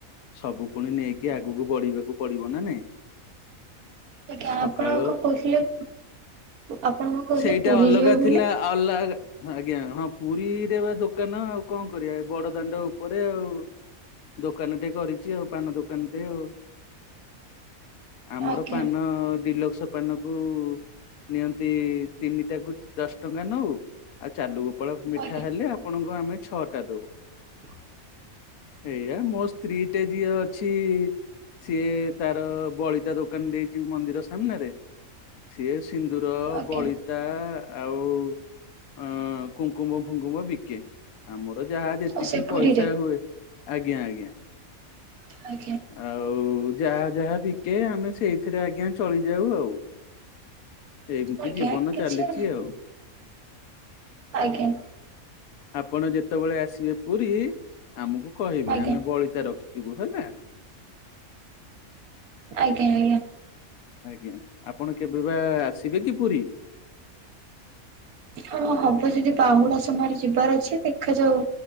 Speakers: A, on the left (about 80°); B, on the right (about 85°).
A: ସବୁ ପୁଣି ନେଇକି ଆଗକୁ ବଢିବାକୁ ପଡିବ ନା ନାଇଁ?
B: ଆଜ୍ଞା
A: ସକାଳ
B: ଆପଣ କଣ କହୁଥିଲେ? ଆପଣ କଣ କହୁଥିଲେ
A: ସେଇଟା
B: ପୁରୀ
A: ଅଲଗା
B: ଯିବେ ବୋଲି?
A: ଥିଲା ଅଲଗା ଆଜ୍ଞା ହଁ ପୁରୀରେ ବା ଦୋକାନ ଆଉ କଣ କରିବା ବଡ ଦାଣ୍ଡ ଉପରେ ଆଉ। ଦୋକାନ ଟେ କରିଛି ଆଉ ପାନ ଦୋକାନ ଟେ ଆଉ। ଆମର
B: ଆଜ୍ଞା
A: ପାନ ଡିଲକ୍ସ ପାନକୁ ନିଅନ୍ତି ତିନିଟାକୁ ଦଶ ଟଙ୍କା ନଉ। ଆଉ ଚାଲୁ ଗୋପଳ ମିଠା
B: ଆଜ୍ଞା
A: ହେଲେ ଆପଣଙ୍କୁ ଆମେ ଛଅଟା ଦଉ।
B: <inaudible>
A: ଏଇଆ ମୋ ସ୍ତ୍ରୀଟେ ଯିଏ ଅଛି ସିଏ ତାର ବଳିତା ଦୋକାନ ଦେଇଛି ମନ୍ଦିର ସାମ୍ନାରେ। ସିଏ ସିନ୍ଦୁର
B: ଆଜ୍ଞା
A: ବଳିତା ଆଉ ଅ କୁଙ୍କୁମ୍ମ ଫୁଙ୍କୁମ୍ମ ବିକେ ଆମର ଯାହା ଯେତିକି
B: ଆଉ ସେ ପୁରୀରେ
A: ପଇସା ହୁଏ ଆଜ୍ଞା ଆଜ୍ଞା।
B: <inaudible>
A: ଆଉ ଯାହା ଯାହା ବିକେ ଆମେ ସେଇଥିରେ ଆଜ୍ଞା ଚଳିଯାଉ ଆଉ। ଏମିତି
B: ଆଜ୍ଞା
A: ଜୀବନ
B: କିଛି
A: ଚାଲିଛି ଆଉ
B: ଆଜ୍ଞା
A: ଆପଣ ଯେତେବେଳେ ଆସିବେ ପୁରୀ ଆମକୁ କହିବେ
B: ଆଜ୍ଞା
A: ଆମେ ବଳିତା ରଖି ଥିବୁ ହେଲା।
B: ଆଜ୍ଞା ଆଜ୍ଞା।
A: ଆଜ୍ଞା ଆପଣ କେବେ ବା ଆସିବେ କି ପୁରୀ?
B: ହଁ ହବ ଯଦି ବାହୁଡା ସମୟରେ ଯିବାର ଅଛି ଦେଖାଯାଉ